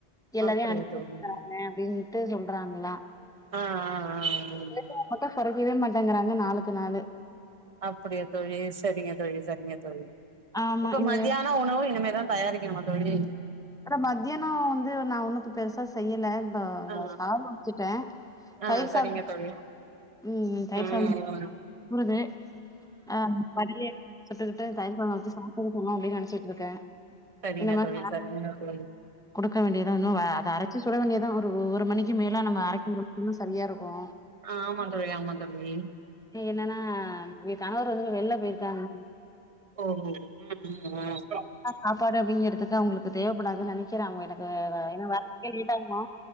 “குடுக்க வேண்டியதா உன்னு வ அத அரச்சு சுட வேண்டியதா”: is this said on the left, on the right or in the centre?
Centre